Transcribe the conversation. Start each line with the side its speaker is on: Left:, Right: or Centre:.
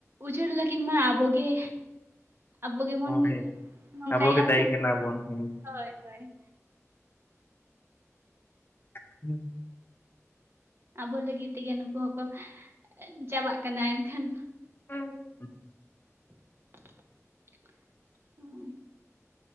Right: ᱩᱡᱟᱹᱲ ᱞᱟᱹᱜᱤᱫ ᱢᱟ ᱟᱵᱚ ᱜᱮ ᱟᱵᱚ ᱜᱮᱵᱚᱱ
Left: ᱦᱳᱭ
Right: ᱱᱚᱝᱠᱟᱭᱮᱜᱼᱟ
Left: ᱟᱵᱚ ᱜᱮ ᱫᱟᱹᱭᱤ
Right: ᱥᱮ
Left: ᱠᱟᱱᱟ ᱵᱚᱱ
Right: ᱾
Left: ᱦᱮᱸ
Right: ᱦᱳᱭ ᱦᱳᱭ ᱾
Left: <unintelligible>
Right: ᱟᱵᱚ ᱞᱟᱹᱜᱤᱫ ᱛᱮᱜᱮ ᱱᱩᱠᱩ ᱦᱚᱸᱠᱚ ᱪᱟᱵᱟᱜ ᱠᱟᱱᱟ, ᱮᱱᱠᱷᱟᱱ
Left: <unintelligible>
Right: <unintelligible>